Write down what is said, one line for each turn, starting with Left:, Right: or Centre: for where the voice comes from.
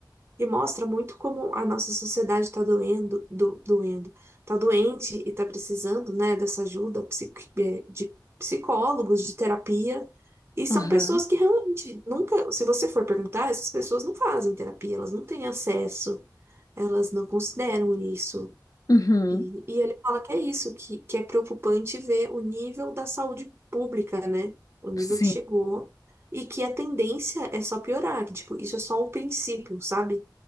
Right: e mostra muito como a nossa sociedade está doendo, do, doendo, está doente e está precisando, né, dessa ajuda psiqui- eh, de psicólogos, de terapia. E são
Left: Aham,
Right: pessoas que realmente nunca, se você for perguntar, essas pessoas não fazem terapia, elas não têm acesso, elas não consideram isso.
Left: uhum,
Right: E, e ele fala que é isso, que, que é preocupante ver o nível da saúde pública, né? O nível
Left: sim.
Right: que chegou e que a tendência é só piorar, que, tipo, isso é só o princípio, sabe?